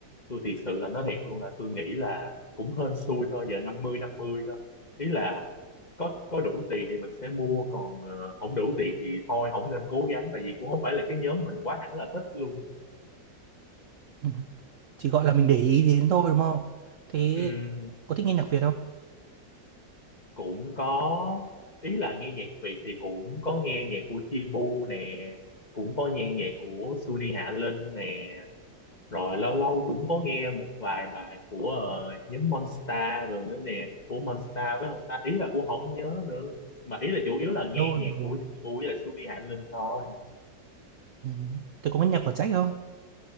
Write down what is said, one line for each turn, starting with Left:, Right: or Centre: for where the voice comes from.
Left: tôi thiệt sự là nói thiệt luôn là tôi nghĩ là cũng hên xui thôi giờ năm mươi năm mươi thôi ý là có có đủ tiền thì mình sẽ mua còn ờ, không đủ tiền thì thôi không nên cố gắng tại vì cũng không phải là cái nhóm mình quá hẳn là thích luôn
Right: Ừ. Chỉ gọi là mình để ý đến thôi đúng không? Thế
Left: Ừm,
Right: có thích nghe nhạc Việt không?
Left: cũng có ý là nghe nhạc Việt thì cũng có nghe nhạc của Chibu nè cũng có nghe nhạc của Suni Hạ Linh nè Rồi lâu lâu cũng có nghe một vài bài của ờ, nhóm Monster rồi nữa nè, của Monster với ông ta, ý là cũng không nhớ nữa. Mà ý là chủ yếu là nghe
Right: Đâu
Left: nhạc
Right: rồi.
Left: của Chibu với lại Sudi Hạ Linh thôi.
Right: Ừ. Thế cũng có nhạc của Trách không?